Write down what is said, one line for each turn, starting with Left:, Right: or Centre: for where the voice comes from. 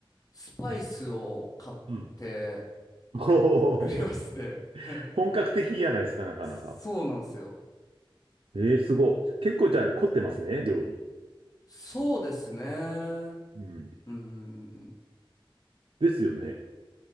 Left: スパイスを買って
Right: うん。<laughs> おー
Left: 作りますね。<laughs>
Right: 本格的じゃないですか、なかなか。
Left: そうなんですよ。
Right: ええすごい。結構じゃあ凝ってますね、料理。
Left: そうですね。うん
Right: うん。
Left: うんうんうん。
Right: ですよね。